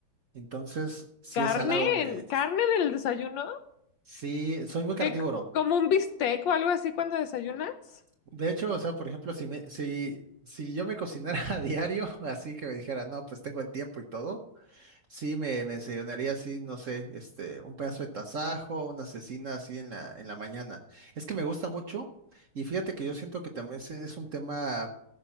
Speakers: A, on the right (about 55°); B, on the left (about 75°).
A: Entonces, sí
B: ¿Carne?
A: es salado. me-
B: en- ¿Carne en el desayuno?
A: sí, soy muy carnívoro.
B: ¿Qué- como un bistec o algo así cuando desayunas?
A: De hecho, o sea, por ejemplo, si me, si, si yo me cocinara <laughs> a diario, así que me dijera, no, pues tengo el tiempo y todo, sí me, me desayunaría así, no sé, este, un pedazo de tasajo, una cecina así en la, en la mañana. Es que me gusta mucho, y fíjate que yo siento que también es, es un tema,